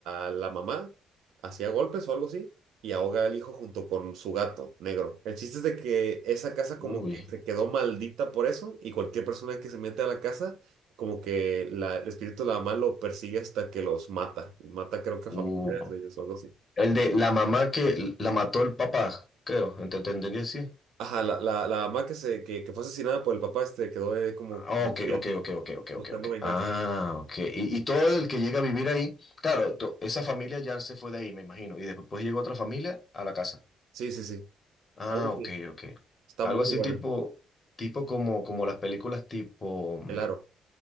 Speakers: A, on the right (about 85°); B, on the left (about 30°).
A: a la mamá, hacía golpes o algo así, y ahoga al hijo junto con su gato negro. El chiste es de que esa casa como
B: Uy.
A: que se quedó maldita por eso y cualquier persona que se mete a la casa, como que la- el espíritu de la mamá lo persigue hasta que los mata. Y mata creo que
B: Uh,
A: a familiares de ellos o algo así.
B: El de la mamá que la mató el papá, creo. ¿Ent- ¿Te, entendí así?
A: Ajá, la, la, la mamá que, se, que, que fue asesinada por el papá este quedó eh, como,
B: Ah,
A: como
B: Ok,
A: espíritu,
B: ok, ok, ok, ok,
A: buscando
B: ok, ok.
A: venganza.
B: Ah, ok. Y, y todo el que llega a vivir ahí, claro, to- esa familia ya se fue de ahí, me imagino. Y después llegó otra familia a la casa.
A: Sí, sí, sí.
B: Ah,
A: Algo así.
B: ok, ok.
A: Está
B: Algo
A: muy
B: así
A: buena.
B: tipo, tipo como, como las películas tipo. mm,
A: El aro.